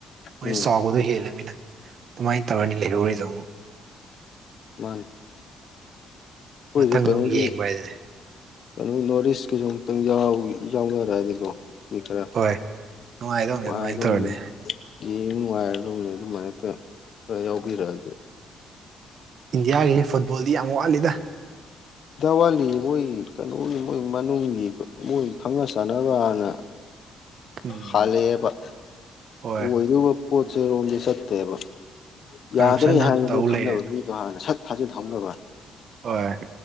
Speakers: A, on the right; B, on the left.
A: ꯃꯣꯏ
B: ꯎꯝ
A: ꯆꯥꯎꯕꯗꯣ ꯍꯦꯜꯂꯃꯤꯅ ꯑꯗꯨꯃꯥꯏꯅ ꯇꯧꯔꯅꯤ ꯂꯩꯍꯧꯔꯤꯗ ꯑꯃꯨꯛ
B: ꯃꯥꯅꯤ ꯑꯩꯈꯣꯏꯁꯨ
A: ꯃꯊꯪꯗ
B: ꯀꯩꯅꯣꯒꯤ
A: ꯑꯃꯨꯛ ꯌꯦꯡꯕ ꯍꯥꯏꯗꯨꯅꯦ
B: ꯀꯩꯅꯣ ꯅꯣꯔꯠ ꯏꯁꯀꯤꯁꯨ ꯑꯝꯇꯪ ꯌꯥꯎꯅꯔꯛꯑꯗꯤꯀꯣ ꯍꯣꯏ ꯈꯔ
A: ꯍꯣꯏ ꯅꯨꯡꯉꯥꯏꯗꯧꯅꯦ
B: ꯅꯨꯡꯉꯥꯏꯗꯧꯅꯦ
A: ꯑꯗꯨꯃꯥꯏꯅ ꯇꯧꯔꯅꯤ
B: ꯌꯦꯡ ꯅꯨꯡꯉꯥꯏꯔꯗꯧꯅꯦ ꯑꯗꯨꯃꯥꯏꯅ ꯈꯔ ꯈꯔ ꯌꯥꯎꯕꯤꯔꯛꯑꯗꯤ
A: ꯏꯟꯗꯤꯌꯥꯒꯤ ꯐꯨꯠꯕꯣꯜꯗꯤ ꯌꯥꯝ ꯋꯥꯠꯂꯤꯗ
B: ꯋꯥꯂꯤ ꯃꯣꯏ ꯀꯩꯅꯣꯒꯤ ꯃꯣꯏ ꯃꯅꯨꯡꯒꯤ ꯃꯣꯏ ꯈꯪꯅ ꯆꯥꯟꯅꯕꯅ ꯍꯥꯟꯅ
A: <inaudible> ꯎꯝ
B: ꯍꯥꯂꯛꯑꯦꯕ
A: ꯍꯣꯏ
B: ꯑꯣꯏꯗꯣꯕ ꯄꯣꯠꯁꯦ ꯔꯣꯝꯗꯤ ꯆꯠꯇꯦꯕ
A: ꯀꯔꯞꯁꯟ
B: ꯌꯥꯗꯣꯔꯦ
A: ꯍꯥꯟꯅ
B: ꯍꯥꯏꯅ
A: ꯇꯧ
B: ꯃꯣꯏ ꯈꯪꯅꯕ
A: ꯂꯩꯔꯦ
B: ꯃꯤꯗꯣ ꯍꯥꯟꯅ ꯁꯠ ꯊꯥꯖꯤꯟ ꯍꯧꯅꯕ
A: ꯍꯣꯏ